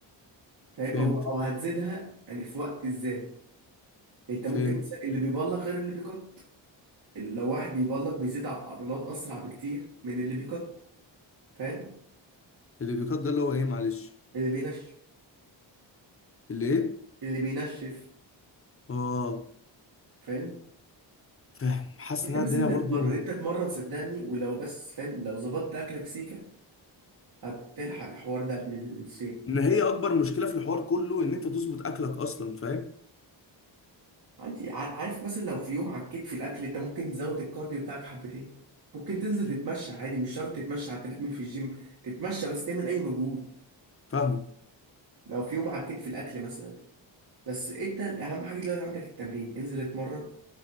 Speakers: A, on the right; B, on the left.
A: فاهم
B: فهمت
A: او او هتزيدها يعني في وقت ازاي انت
B: فهمت
A: ممكن مثلا اللي بيبلغ غير اللي بيقط لو واحد بيبلغ بيزيد ع- عضلات اسرع بكتير من اللي بيقط فاهم
B: اللي بيقدر ده اللي هو ايه معلش
A: اللي بينشف
B: اللي ايه
A: اللي بينشف
B: اه
A: فاهم
B: فاهم حاسس
A: انت
B: ان أنا
A: بس
B: الدنيا
A: انت
B: برضو
A: تتمرن انت تتمرن صدقني ولو بس فاهم لو ظبطت اكلك سيكه هتلحق الحوار ده قبل الصيف
B: ان هي اكبر مشكله في الحوار كله ان انت تظبط اكلك اصلا فاهم
A: انت عارف مثلا لو في يوم عكيت في الاكل انت ممكن تزود الكارديو بتاعك حبتين ممكن تنزل تتمشى عادي مش شرط تتمشى على التريدميل في الجيم تتمشى بس تعمل اي مجهود
B: فاهم
A: لو في يوم عكيت في الاكل مثلا بس انت اهم حاجه دلوقتي عندك التمرين انزل اتمرن